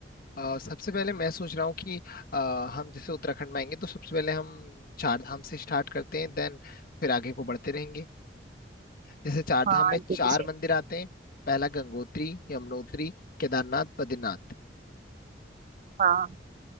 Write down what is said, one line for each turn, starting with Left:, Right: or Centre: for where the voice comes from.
Left: अ, सबसे पहले मैं सोच रहा हूँ कि अ, हम जैसे उत्तराखंड में आएंगे तो सबसे पहले हम चार धाम से स्टार्ट करते हैं देन फिर आगे को बढ़ते रहेंगे जैसे चार धाम
Right: हाँ
Left: में
Right: ये
Left: चार
Right: तो से
Left: मंदिर आते हैं पहला गंगोत्री यमुनोत्री केदारनाथ बद्रीनाथ
Right: हाँ